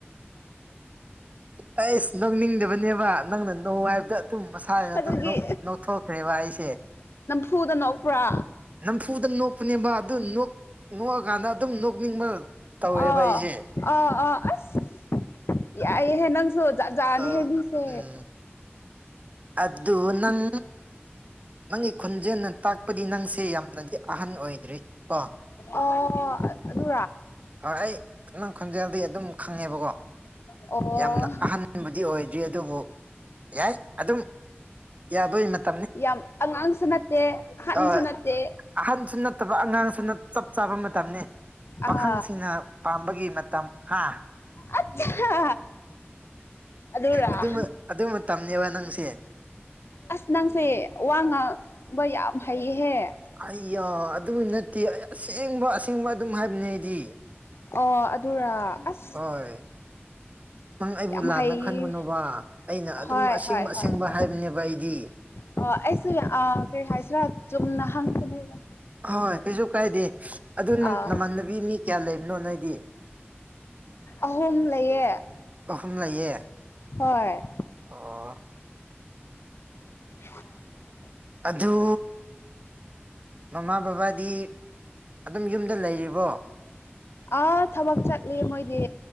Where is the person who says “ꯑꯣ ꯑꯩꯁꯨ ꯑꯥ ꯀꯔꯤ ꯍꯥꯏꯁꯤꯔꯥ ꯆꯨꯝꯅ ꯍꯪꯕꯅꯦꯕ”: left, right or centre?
Left